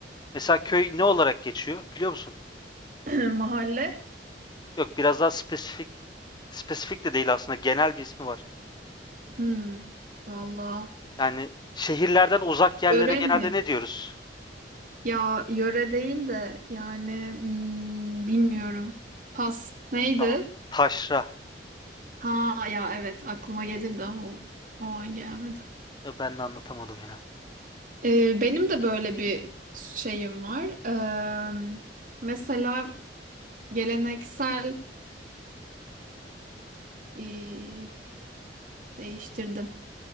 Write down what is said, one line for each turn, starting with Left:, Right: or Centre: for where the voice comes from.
Left: Mesela köy ne olarak geçiyor biliyor musun?
Right: <clears throat> Mahalle.
Left: Yok biraz daha spesifik spesifik de değil aslında genel bir ismi var.
Right: Hmm, valla.
Left: Yani şehirlerden uzak yerlere
Right: Yöre
Left: genelde
Right: mi?
Left: ne diyoruz?
Right: Ya yöre değil de yani hmm, bilmiyorum. Pas neydi?
Left: Tamam. Taşra.
Right: Ha ya evet aklıma gelirdi ama o, o an gelmedi.
Left: Ya ben de anlatamadım ya.
Right: Ee, benim de böyle bir şeyim var. Ee, mesela geleneksel ee, değiştirdim.